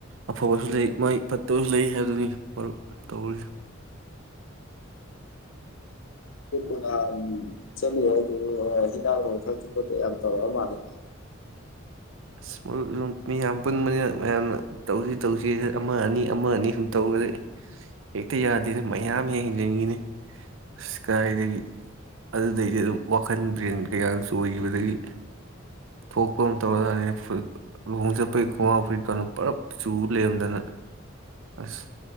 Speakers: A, on the right (about 80°); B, on the left (about 75°).
A: ꯑꯐꯕꯁꯨ ꯂꯩ ꯃꯥꯏ ꯐꯠꯇꯕꯁꯨ ꯂꯩ ꯍꯥꯏꯕꯗꯨꯅꯤꯨꯞ ꯇꯧꯔꯤ
B: ꯄꯨ ꯆꯂꯤ ꯍꯥꯏ ꯍꯤꯗꯥ ꯊ ꯐ ꯌꯥ ꯇꯧꯔ ꯃꯥꯔ
A: ꯑꯁꯨꯝ ꯃꯤꯌꯥꯝ ꯄꯨꯟꯕꯅꯤꯅ ꯃꯌꯥꯝꯅ ꯇꯧꯁꯤ ꯇꯧꯁꯤ ꯑꯃ ꯑꯅꯤ ꯑꯃ ꯑꯅꯤ ꯁꯨꯝ ꯇꯧꯔꯗ ꯍꯦꯛꯇ ꯌꯥꯗꯦꯅ ꯃꯌꯥꯝ ꯌꯦꯡ ꯍꯦꯟꯖꯤꯟꯈꯤꯅꯤ ꯑꯁ ꯀꯥꯏꯗꯒꯤ ꯑꯗꯨꯗꯩꯗꯤ ꯑꯗꯨꯝ ꯋꯥꯈꯜ ꯕ꯭ꯔꯦꯟ ꯀꯩꯀ ꯆ ꯑꯣꯏꯈꯤꯕꯗꯒꯤ ꯊꯣꯛꯄ ꯑꯃ ꯇꯧꯔ ꯂꯨꯍꯣꯡ ꯆꯠꯄꯩ ꯈꯣꯡꯒꯥꯎ ꯐꯩ ꯀ ꯄꯨꯂꯞ ꯆꯨ ꯂꯩꯔꯝꯗꯅ ꯑꯁ